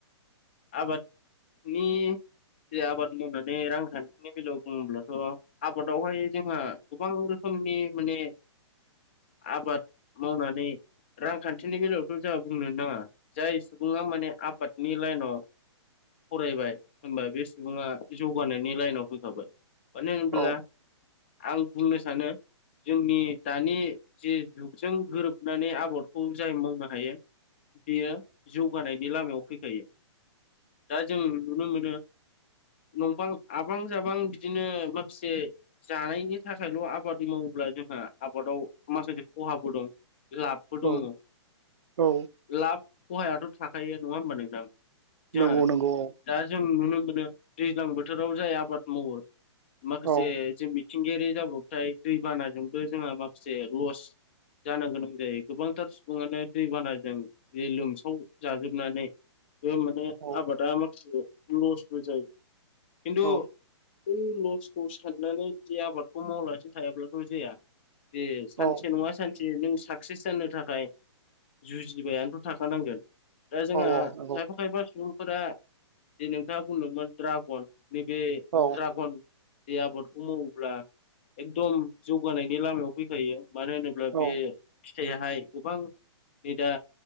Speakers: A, on the left (about 25°); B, on the right (about 70°).
A: आबादनि जे आबाद मावनानै रांखान्थि नि बेलायाव बुङोब्लाथ' आबादावहाय जोंहा गोबां रोखोमनि माने आबाद मावनानै रांखान्थिनि बेलायावथ' जोंहा बुंनो नाङा जाय सुबुङा माने आबादनि लाइनाव फरायबाय होनबा बे सुबुङा जौगानायनि लाइनाव फैखाबाय मानो होनब्ला
B: औ
A: आं बुंनो सानो जोंनि दानि जे जुगजों गोरोबनानै आबाद खौ जाय मावनो हायो बेयो जौगानायनि लामायाव फैखायो। दा जों नुनो मोनो नंबां आबां जाबां बिदिनो माखासे जानायनि थाखायल आबाद मावोब्ला जोंहा आबादाव माखासे खहाबो दं लाब
B: औ
A: दङ
B: औ
A: लाब खहायाथ' थाखायो नङा होमबा नोंथां? जोंहा
B: नंगौ नंगौ औ
A: दा जों नुनो मोनो दैज्लां बोथोराव जाय आबाद मावो माखासे
B: औ औ
A: जों बि मिथिंगायारि जाब्रबथाय दैबानाजोंबो जोंहा माखासे लस जानो गोनां जायो। गोबांथार सुबुङानो दैबानाजों बे लोमसाव जाजोबनानै माने
B: औ
A: आबादा आ लस जायो खिन्थु
B: औ
A: बै लसखौसो साननानै जुदि आबादखौ मावलासनो थायाब्लाथ' जाया। दे सानसे
B: औ
A: नङा सानसे नों साक्सेस जानो थाखाय जुजिबायानोथ' थाखानांगोन दा जोंहा
B: औ नंगौ
A: खायफा खायफा सुबुं फोर जे नोंथाङा बुंदोंमोन ड्रागन नैबे
B: औ
A: ड्रागन जे आबादखौ मावोब्ला एकदम जौगानायनि लामायाव फैखायो मानो होनोब्ला अब्ला
B: औ
A: बे फिथाइयाहाय गोबां नै दा